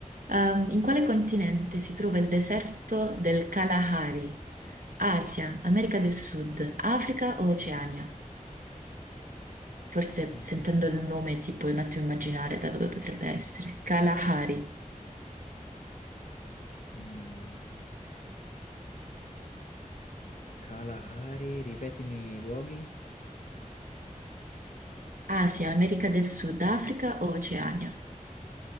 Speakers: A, on the right; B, on the left.
A: Ehm, in quale continente si trova il deserto del Kalahari? Asia, America del Sud, Africa o Oceania? Forse
B: Mm,
A: sentendo il nome ti puoi un attimo immaginare da dove potrebbe essere. Kalahari,
B: mm. Kalahari, ripetimi i luoghi.
A: Asia, America del Sud, Africa o Oceania?